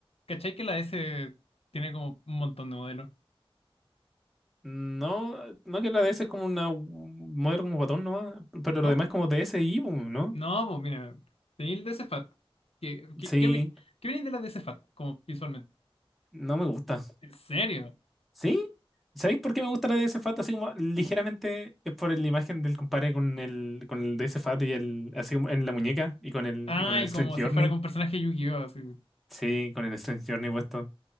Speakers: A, on the left; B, in the centre.
A: ¿Cachai que la S tiene como un montón de modelos?
B: No, no que la DS es como una un modelo como botón nomás, pero
A: No,
B: lo demás
A: pues-
B: es como DSi, pues, ¿no?
A: no, pues mira, tenía el DC Fat. ¿Qué, qué,
B: Sí,
A: qué, vi- qué viene de la DC Fat? Como visualmente.
B: no me gusta.
A: ¿En serio?
B: ¿Sí? ¿Sabéis por qué me gusta la DS Fat? Así como ligeramente es por la imagen del compadre con el, con el DS Fat y el, así como en la muñeca y con el,
A: Ay,
B: y con el Strange
A: como si
B: Journey.
A: fuera con personaje de Yu-Gi-Oh! así.
B: Sí, con el Strange Journey puesto.